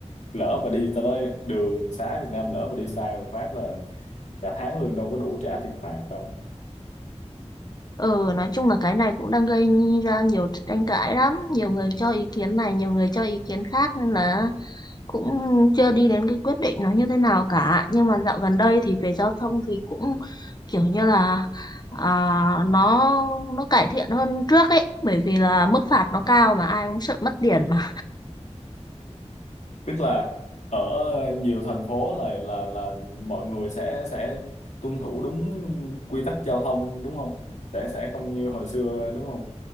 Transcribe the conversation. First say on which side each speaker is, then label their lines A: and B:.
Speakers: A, on the left; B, on the left.
A: lỡ mà đi tới đó đường xá Việt Nam lỡ mà đi sai một phát là cả tháng lương đâu có đủ trả tiền phạt đâu.
B: ừ, nói chung là cái này cũng đang gây ra nhiều tranh cãi lắm, nhiều người cho ý kiến này, nhiều người cho ý kiến khác nên là cũng chưa đi đến cái quyết định nó như thế nào cả nhưng mà dạo gần đây thì về giao thông thì cũng kiểu như là à, nó nó cải thiện hơn trước ấy bởi vì là mức phạt nó cao mà ai cũng sợ mất tiền mà
A: tức là ở nhiều thành phố là là là mọi người sẽ sẽ tuân thủ đúng quy tắc giao thông đúng không sẽ sẽ không như hồi xưa đúng không